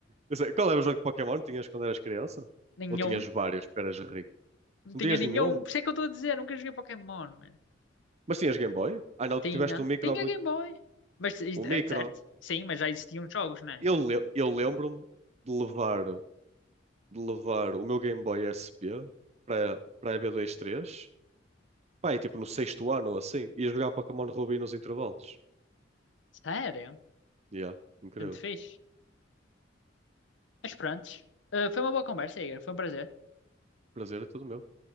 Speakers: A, on the right; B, on the left.
A: Eu sei, Qual era o jogo de Pokémon que tinhas quando eras criança?
B: Nenhum.
A: Ou tinhas vários, porque eras rico?
B: Não
A: Não
B: tinha
A: tinhas
B: nenhum.
A: nenhum?
B: Por isso é que eu estou a dizer, nunca joguei Pokémon, mano.
A: Mas tinhas Game Boy? Ah, não,
B: Tinha.
A: tu tiveste um micro
B: Tinha
A: muito.
B: Game Boy. Mas, is-
A: O
B: é
A: micro.
B: certo? Sim, mas já existiam jogos, não é?
A: Eu, le- eu lembro-me de levar, de levar o meu Game Boy SP para para a EB23, pá, e tipo no sexto ano ou assim, e jogar Pokémon Ruby nos intervalos.
B: Sério?
A: Yeah, incrível.
B: Foi muito fixe. Mas pronto. foi uma boa conversa, Igor. Foi um prazer.
A: Prazer é todo meu.